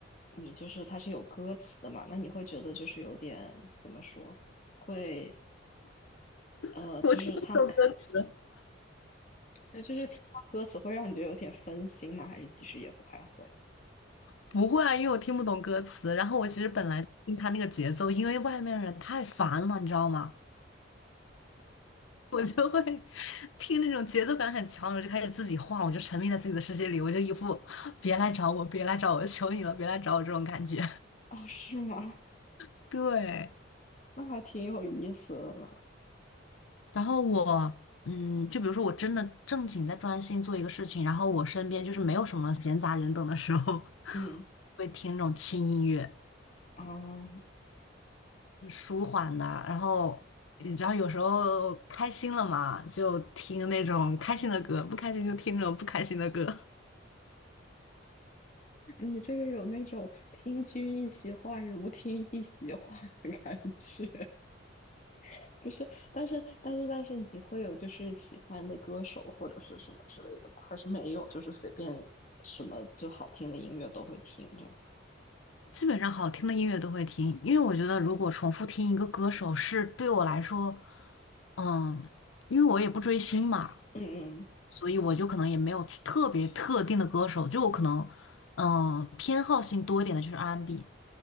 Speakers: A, on the left; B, on the left.
A: 你你就是它是有歌词的嘛，那你会觉得就是有点怎么说，会呃，
B: <laughs>。
A: 就是他，
B: 我听不懂歌词。
A: <laughs>
B: <laughs>
A: 对，就是听到歌词会让你觉得有点分心吗？还是其实也不太会？
B: 不会啊，因为我听不懂歌词。然后我其实本来听他那个节奏，因为外面人太烦了，你知道吗？我就会听那种节奏感很强的，我就开始自己晃，我就沉迷在自己的世界里，我就一副别来找我，别来找我，求你了，别来找我这种感觉。
A: 哦，是吗？
B: <laughs> 对，
A: 那还挺有意思的。
B: 然后我，嗯，就比如说我真的正经在专心做一个事情，然后我身边就是没有什么闲杂人等的时候，<laughs>
A: 嗯，
B: 会听那种轻音乐，
A: 哦，
B: 舒缓的，然后。你知道，有时候开心了嘛，就听那种开心的歌；不开心就听那种不开心的歌。
A: 你这个有那种听君一席话，如听一席话的感觉，<laughs> 不是？但是，但是，但是，你会有就是喜欢的歌手或者是什么之类的吗？还是没有？就是随便什么就好听的音乐都会听着。
B: 基本上好听的音乐都会听，因为我觉得如果重复听一个歌手是对我来说，嗯，因为我也不追星嘛，
A: 嗯嗯，
B: 所以我就可能也没有特别特定的歌手，就我可能，嗯，偏好性多一点的就是 R&B。